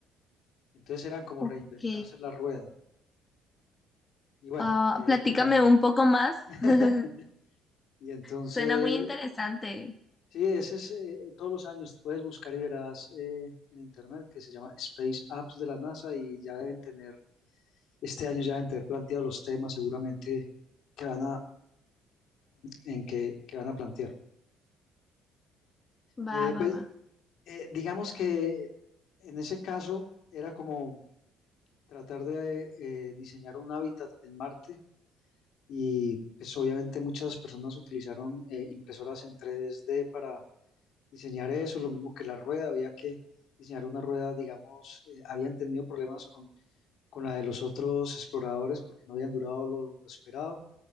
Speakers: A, on the left; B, on the left.
A: Entonces eran como
B: Ok.
A: reinventarse la rueda. Y bueno,
B: Ah,
A: eh,
B: platícame
A: digamos,
B: un poco más.
A: <laughs>
B: <laughs>
A: y entonces,
B: Suena muy interesante.
A: sí, ese es, eh, todos los años puedes buscar y verás eh, en internet que se llama Space Apps de la NASA y ya deben tener, este año ya deben tener planteados los temas seguramente que van a, en que, que van a plantear.
B: Va,
A: Eh, pues
B: va, va.
A: eh, digamos que en ese caso era como tratar de eh, diseñar un hábitat en Marte Y pues obviamente muchas personas utilizaron eh, impresoras en 3D para diseñar eso, lo mismo que la rueda, había que diseñar una rueda, digamos, eh, habían tenido problemas con, con la de los otros exploradores porque no habían durado lo, lo esperado,